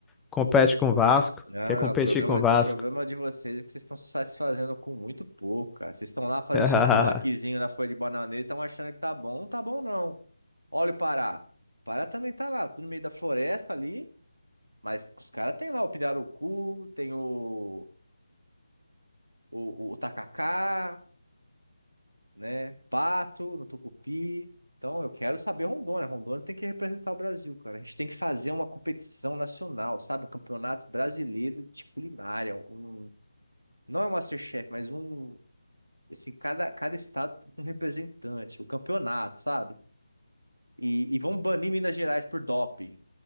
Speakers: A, in the centre; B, on the right (about 80°).
A: compete com o Vasco?
B: Não,
A: Quer competir
B: o problema,
A: com o Vasco?
B: o problema de vocês é que vocês estão se satisfazendo com muito pouco, cara. Vocês estão lá fazendo
A: <laughs>
B: seus tambaquizinhos na folha de bananeira e estão achando que tá bom. Não tá bom, não. Olha o Pará. O Pará também tá lá, tudo no meio da floresta ali. Mas os caras têm lá o pirarucu, tem o, o, o o tacacá. né? Pato, no Tucupi. Então, eu quero saber Rondônia. Rondônia tem que representar o Brasil, cara. A gente tem que fazer uma competição nacional, sabe? Um campeonato brasileiro de culinária. Um... Não é um MasterChef, mas um. Assim, cada, cada estado tem um representante, o um campeonato, sabe? E, e vão banir Minas Gerais por doping.